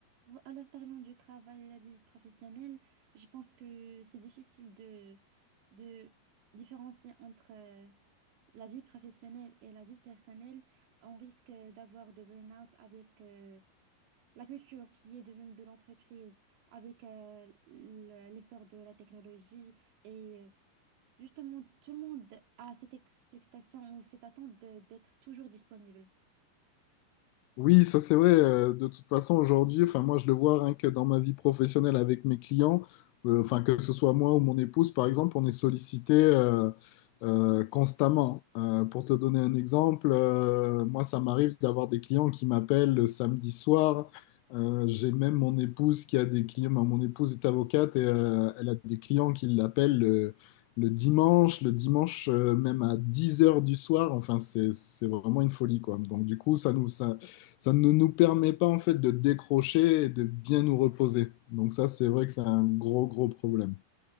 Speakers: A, on the right; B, on the left.
A: Bon, Alors parlons du travail et la vie professionnelle. Je pense que c'est difficile de, de différencier entre euh, la vie professionnelle et la vie personnelle. On risque d'avoir de burn-out avec euh, la culture qui est devenue de l'entreprise, avec euh, le- l'essor de la technologie. Et euh, justement, tout le monde a cette expectation ou cette attente de- d'être toujours disponible.
B: Oui, ça c'est vrai. euh, De toute façon, aujourd'hui, enfin moi je le vois rien que dans ma vie professionnelle avec mes clients, euh, enfin que ce soit moi ou mon épouse par exemple, on est sollicité euh, euh, constamment. Euh, pour te donner un exemple, euh, moi ça m'arrive d'avoir des clients qui m'appellent le samedi soir. Euh, j'ai même mon épouse qui a des clients. ben, mon épouse est avocate et euh, elle a des clients qui l'appellent le, le dimanche, le dimanche euh, même à 10 heures du soir. Enfin, c'est c'est vraiment une folie, quoi. Donc, du coup, ça nous, ça, ça ne nous permet pas en fait de décrocher et de bien nous reposer. Donc ça, c'est vrai que c'est un gros, gros problème.